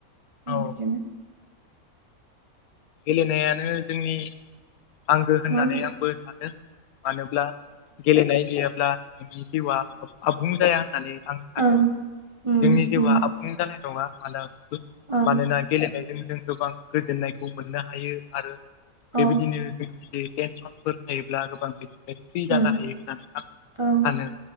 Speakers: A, on the left; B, on the right.
A: औ
B: बिदिनो
A: गेलेनायानो जोंनि आंगो होननानै
B: मा होनो
A: आंबो सानो मानोब्ला गेलेनाय गैयाब्ला नोंनि जिउआ आबुं जाया होननानै आं
B: ओं
A: जोंनि
B: उम
A: जिउआ
B: उम
A: आबुं जानाय नङा मानो
B: ओं
A: मानोना गेलेनायजों जों गोबां गोजोन्नायखौ मोननो हायो आरो बेबायदिनो
B: औ
A: जोंनि जे टेनसनफोर थायोब्ला गोबां बिदि फ्रि
B: उम
A: जानो हायो होननानै आं सानो
B: ओं